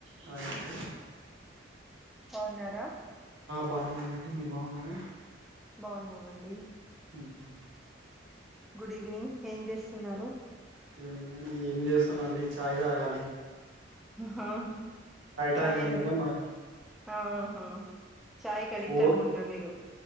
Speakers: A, on the right (about 75°); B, in the centre.
A: హాయ్ ఆండీ
B: బాగున్నరా
A: బానే ఉన్నాండి మీ బాగున్నారా
B: బావున్నామండి.
A: <unintelligible>
B: Good evening. ఏం జేస్తున్నారు.
A: <unintelligible> ఏం చేస్తున్నా అండి చాయ్ తాగాలి.
B: హా
A: టైం
B: చాయ్
A: అయిందిగా మా
B: హా ఆ. హా. చాయ్ కి అడిక్ట్
A: ఫోర్
B: అనుకుంట మీరు.